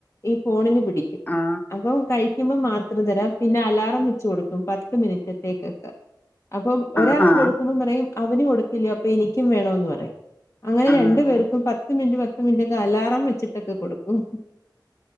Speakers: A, on the left; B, on the left.
A: ഈ ഫോണിന് പിടി ടിക്കും
B: ആ
A: കഴിക്കുമ്പോ മാത്രം തരാം പിന്നെ അലാറം വെച്ച് കൊടുക്കും പത്ത് മിനിറ്റത്തേക്കൊക്കെ അപ്പം ഒരാക്ക്
B: ആ ആ
A: കൊടുക്കുമ്പം പറയും അവന് കൊടുത്തില്ലേ അപ്പം എനിക്കും വേണം ന്ന് പറയും അങ്ങനെ
B: ആഹ്
A: രണ്ടു പേർക്കും പത്ത് മിനിറ്റ് പത്ത് റ്റൊക്കെ അലാറം വെച്ചിട്ടൊക്കെ കൊടുക്കും